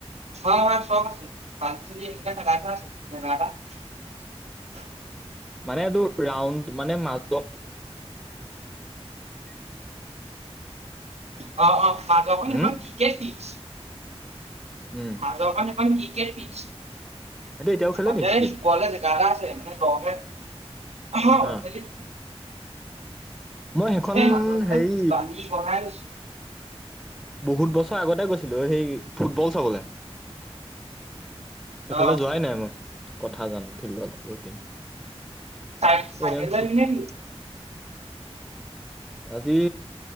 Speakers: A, on the right (about 80°); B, in the centre.
A: <unintelligible> হয় হয় চব আছে <unintelligible> <unintelligible>
B: মানে এইটো ৰাউণ্ড মানে মাজত <unintelligible>
A: <unintelligible> অ অ অ মাজত <unintelligible>
B: উম
A: কেচিচ
B: উম
A: <unintelligible>
B: সেইটো এতিয়াও খেলে
A: অজেচ
B: নেকি ক্ৰিকেট
A: কলেজ গাৰা আছে উম, তহতে <unintelligible> অহ
B: অ
A: খেলি থাকে।
B: মই সেইখন
A: এ মাজৰ ফালে
B: হেৰি
A: বালি বঢ়াই লৈছো।
B: বহুত বছৰ আগতে গৈছিলো, সেই ফুটবল চাবলে। সেইফালে
A: অ
B: যোৱাই নাই মই কথা জানো ফিল্ডলৈ বহুত দিন
A: চ-চাইাকেল
B: এনে
A: লৈ
B: ফুট
A: আইবি নাকি?
B: আজি